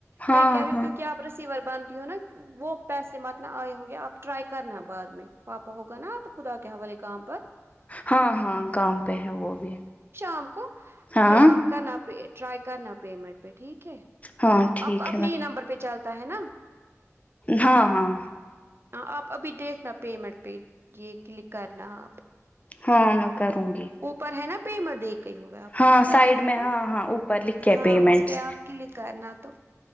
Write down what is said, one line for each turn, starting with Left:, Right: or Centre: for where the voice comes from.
Left: ہاں
Right: میں کہہ رہی ہوں
Left: ہاں
Right: کیونکہ آپ رسیور بنتی ہو نا وہ پیسے متنے آئے ہوں گے آپ ٹرائی کرنا بعد میں پاپا ہوگا نا آپ خدا کے حوالے کام پر
Left: ہاں ہاں کام پہ ہے وہ بھی
Right: ہم کو
Left: ہاں
Right: پھر آپ کرنا پ رائی کرنا پیمنٹ پہ ٹھیک ہے
Left: ہاں ٹھیک
Right: آپ کو اپنے
Left: ہے میں
Right: ہی نمبر پہ چلتا ہے نا
Left: ہاں ہاں
Right: ہاں آپ ابھی دیکھنا پیمنٹ پہ یہ یہ کلک کرنا آپ
Left: ہاں میں کروں گی
Right: اوپر ہے نا پیمر دیک گ ہوئے آپ کو
Left: ہاں
Right: پتا
Left: سائڈ
Right: ہے کہاں
Left: میں
Right: پر
Left: ہاں ہاں اوپر لکھے
Right: ہاں
Left: پیمنٹس
Right: اس پہ آپ کلک کرنا تو